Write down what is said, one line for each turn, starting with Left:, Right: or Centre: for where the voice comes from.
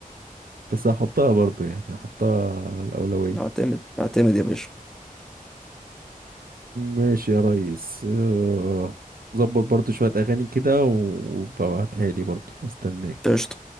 Right: بس هحطها برضو يعني هحطها على الأولوية
Centre: اعتمد اعتمد يا باشا
Right: ماشي يا ريس آه، ظبط برضو شوية أغاني كده وببعتها لي برضو استناك
Centre: قشطة